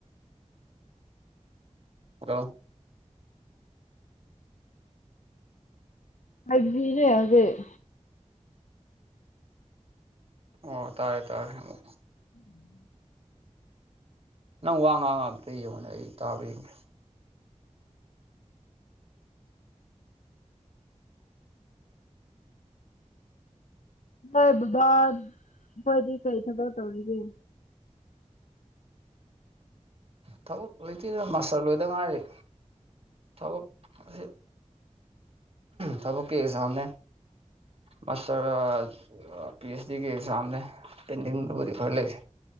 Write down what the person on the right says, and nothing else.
ꯍꯜꯂꯣ
ꯑꯣ ꯇꯥꯔꯦ ꯇꯥꯔꯦ ꯑꯣ
ꯅꯪ ꯋꯥ ꯉꯥꯡꯉ ꯑꯝꯇ ꯌꯦꯡꯉꯨꯅꯦ ꯑꯩ ꯇꯥꯕ꯭ꯔ ꯌꯦꯡꯒꯦ
ꯊꯕꯛ ꯂꯩꯇꯦꯗ ꯃꯥꯁꯇꯔ ꯂꯣꯏꯗ ꯉꯥꯏꯔꯤ ꯊꯕꯛ ꯑꯁꯤ ꯊꯕꯛꯀꯤ ꯑꯦꯛꯖꯥꯝꯅꯦ ꯃꯥꯁꯇꯔ ꯑ ꯄꯤ ꯑꯩꯆ ꯗꯤꯒꯤ ꯑꯦꯛꯖꯥꯝꯅꯦ ꯄꯦꯟꯗꯤꯡꯗꯨꯕꯨꯗꯤ ꯈꯔ ꯂꯩꯔꯤ